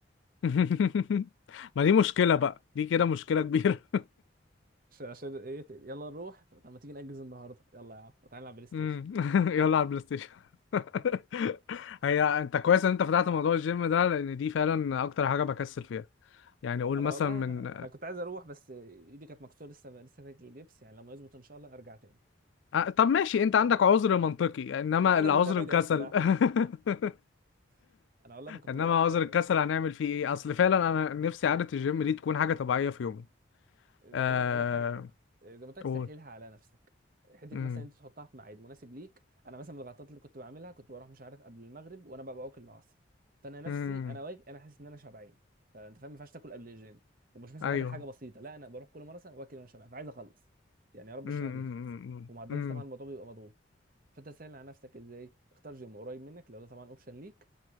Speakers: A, on the left; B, on the right.
A: امم ما دي مشكلة بقى دي كده مشكلة كبيرة
B: عشان عشان ايه ت- يلا نروح طب ما تيجي نأجز النهارده يلا يا عم تعالى نلعب بلاي ستيشن
A: امم <laughs> يلا على البلاي ستيشن <laughs> هي انت كويس ان انت فتحت موضوع الجيم ده لان دي فعلا اكتر حاجة بكسل فيها يعني قول
B: انا
A: مثلا
B: والله
A: من
B: انا انا كنت عايز اروح بس آه، ايدي كانت مكسوره لسه لسه فيها الجبس يعني لما يظبط ان شاء الله ارجع تاني
A: آه، طب ماشي انت عندك عذر منطقي انما
B: لا انا
A: العذر
B: من زمان
A: الكسل
B: يا اسطى انا
A: <laughs>
B: <laughs> انا والله انا كنت
A: انما
B: بروح
A: عذر
B: آه،
A: الكسل هنعمل فيه ايه اصل فعلا انا نفسي عادة الجيم دي تكون حاجة طبيعية في يومي
B: زي ما
A: آه
B: بقول لك هقول لك حاجه حلوه زي ما قلت لك
A: قول
B: سهلها على نفسك حته
A: امم
B: مثلا انت تحطها في ميعاد مناسب ليك انا مثلا من الغلطات اللي كنت بعملها كنت بروح مش عارف قبل المغرب وانا ببقى واكل العصر فانا نفسي
A: امم
B: انا واجي انا حاسس ان انا شبعان فانت فاهم ما ينفعش تاكل قبل الجيم ومش مثلا
A: ايوه
B: واكل حاجه بسيطه لا انا بروح كل مره مثلا واكل وانا شبعان فعايز اخلص يعني يا رب الشهر
A: امم
B: يخلص
A: امم
B: ومع الدراسه
A: امم
B: طبعا الموضوع بيبقى مضغوط فانت سهل على نفسك ازاي اختار جيم قريب منك لو ده طبعا اوبشن ليك